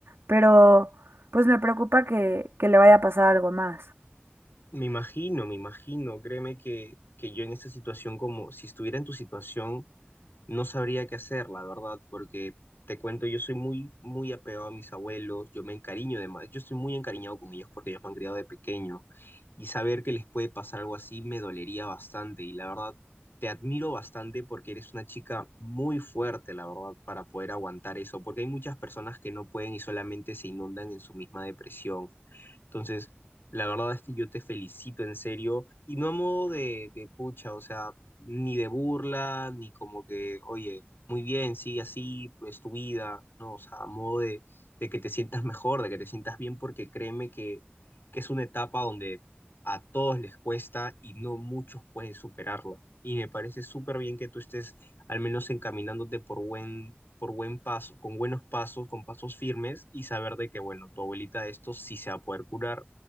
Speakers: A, on the right (about 70°); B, on the left (about 60°).
A: pero pues me preocupa que, que le vaya a pasar algo más.
B: me imagino, me imagino, créeme que, que yo en esta situación, como si estuviera en tu situación, No sabría qué hacer, la verdad, porque te cuento, yo soy muy, muy apegado a mis abuelos, yo me encariño de más, yo estoy muy encariñado con ellos porque ellos me han criado de pequeño y saber que les puede pasar algo así me dolería bastante y la verdad te admiro bastante porque eres una chica muy fuerte, la verdad, para poder aguantar eso, porque hay muchas personas que no pueden y solamente se inundan en su misma depresión. Entonces, la verdad es que yo te felicito en serio y no a modo de, de pucha, o sea, ni de burla, ni como que, oye, muy bien, sigue así, pues tu vida, no, o sea, a modo de, de que te sientas mejor, de que te sientas bien, porque créeme que, que es una etapa donde a todos les cuesta y no muchos pueden superarla. Y me parece súper bien que tú estés al menos encaminándote por buen, por buen paso, con buenos pasos, con pasos firmes y saber de que, bueno, tu abuelita de esto sí se va a poder curar